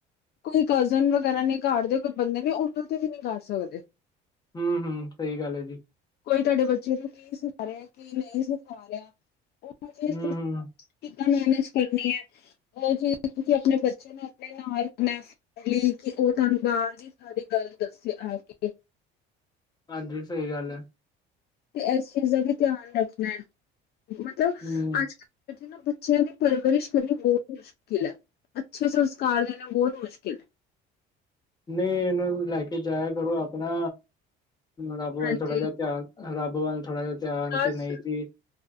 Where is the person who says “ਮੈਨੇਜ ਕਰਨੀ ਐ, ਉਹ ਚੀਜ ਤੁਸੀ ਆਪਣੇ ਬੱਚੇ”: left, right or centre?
Left